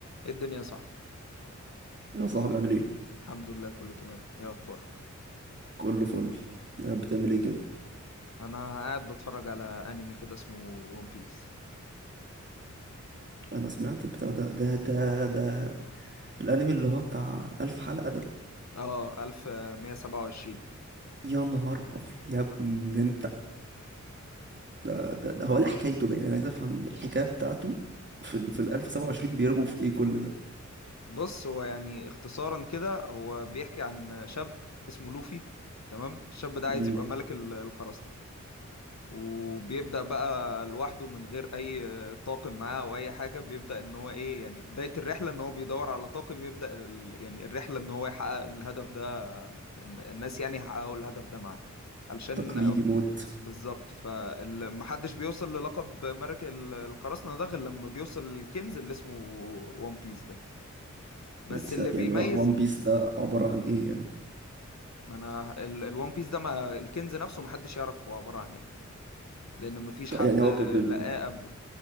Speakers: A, on the left; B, on the right.
A: ايه الدنيا يا صاحبي
B: يا صاحبي عامل ايه
A: الحمد لله كله تمام ايه اخبارك
B: كله فل قاعد بتعمل ايه كده
A: انا قاعد بتفرج على انمي كده اسمه ون بيس
B: انا سمعت البتاع ده ده ده ده الانمي اللي هو بتاع الف حلقة ده
A: اه 1127
B: يا نهار ابيض يا ابن انت ده ده, ده هو ده حكايته بقى انا عايز افهم الحكاية بتاعته في ال في ال 1027 بيرغوا في ايه كل ده
A: بص هو يعني اختصارا كده هو بيحكي عن شاب اسمه لوفي تمام الشاب ده
B: مم.
A: عايز يبقى ملك ال- القراصنة وبيبدأ بقى لوحده من غير اي طاقم معاه او اي حاجة بيبدأ ان هو ايه يعني بداية الرحلة ان هو بيدور على طاقم يبدأ ال... يعني الرحلة ان هو يحقق الهدف ده إن- الناس يعني يحققوا الهدف ده معاه علشان
B: تقليدي موت
A: بالظبط فمحدش بيوصل للقب ملك ال- القراصنة ده غير لما بيوصل للكنز اللي اسمه وان بيس ده بس
B: ده س-
A: اللي بيميز
B: يعني وان بيس ده عبارة عن ايه يعني
A: ما انا الوان بيس ده ما الكنز نفسه محدش يعرف هو عبارة عن ايه لان مفيش
B: ط-
A: حد
B: يعني هو بي بي بي
A: لقاه قبله